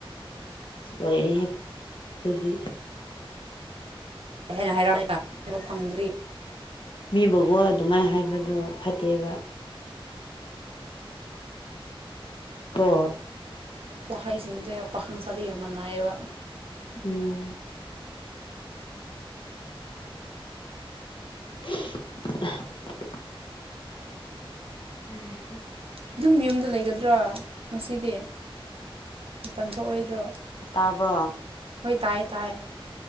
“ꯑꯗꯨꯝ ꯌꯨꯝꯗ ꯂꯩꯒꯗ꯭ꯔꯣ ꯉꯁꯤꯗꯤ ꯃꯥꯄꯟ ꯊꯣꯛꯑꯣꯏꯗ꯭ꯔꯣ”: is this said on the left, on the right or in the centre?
Right